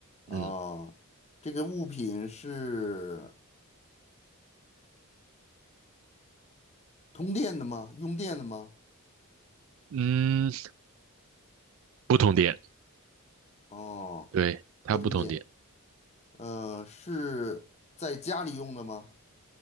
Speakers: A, on the left; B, on the right.
A: 啊、
B: 嗯，
A: 这个物品是。通电的吗？用电的吗？
B: 嗯，不同点，
A: 哦，
B: 对，它不同点。
A: 不通电。呃，是在家里用的吗？